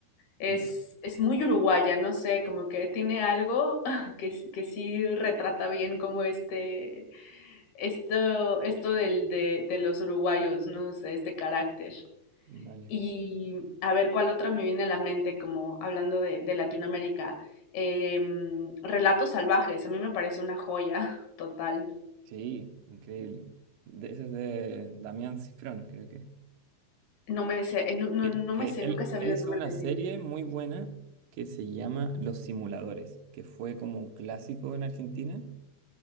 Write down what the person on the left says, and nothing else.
Es,
es muy uruguaya, no sé, como que tiene algo <laughs> que, s- que sí retrata bien como este, esto, esto del, de, de los uruguayos, no sé, este carácter.
Y a ver, ¿cuál otra me viene a la mente como hablando de, de Latinoamérica? Em, Relatos salvajes, a mí me parece una joya <laughs> total.
No me sé, eh, no, no-
no
me sé,
nunca he sabido
el nombre
del
libro.